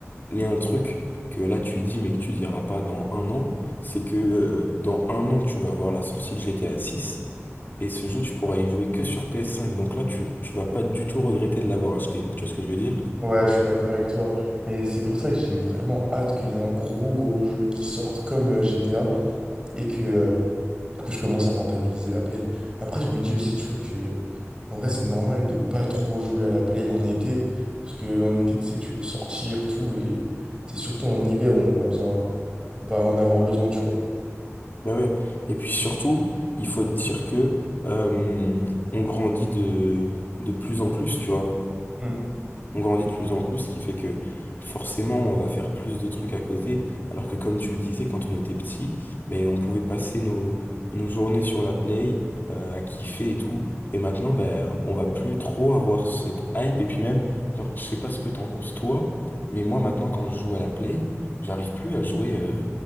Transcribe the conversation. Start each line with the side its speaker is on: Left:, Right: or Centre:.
Left: il y a un truc que là tu dis mais que tu diras pas dans un an, c'est que euh, dans un an, tu vas avoir la sortie de GTA 6 et ce jeu, tu pourras y jouer que sur PS5. Donc là, tu, tu vas pas du tout regretter de l'avoir acheté. Tu vois ce que je veux dire?
Right: Ouais, je suis d'accord avec toi, mais c'est pour ça que j'ai vraiment hâte qu'il y ait un gros, gros jeu qui sorte comme euh, GTA, et que, euh, que je commence à rentabiliser la Play. Après, je me dis aussi, tu vois, que En vrai, c'est normal de pas trop jouer à la play en été, parce que en été, tu sais, tu veux sortir, tout, et c'est surtout en hiver où on va besoin, on va en avoir besoin, tu vois.
Left: Ben ouais. Et puis surtout, il faut dire que euh, on grandit de, de plus en plus, tu vois.
Right: Hmm.
Left: On grandit de plus en plus, ce qui fait que forcément on va faire plus de trucs à côté, alors que comme tu le disais, quand on était petit, ben, on pouvait passer nos, nos journées sur la play, euh, à kiffer et tout, et maintenant ben, on va plus trop avoir cette hype, et puis même, genre, je sais pas ce que t'en penses toi, mais moi maintenant quand je joue à la play, j'arrive plus à jouer euh,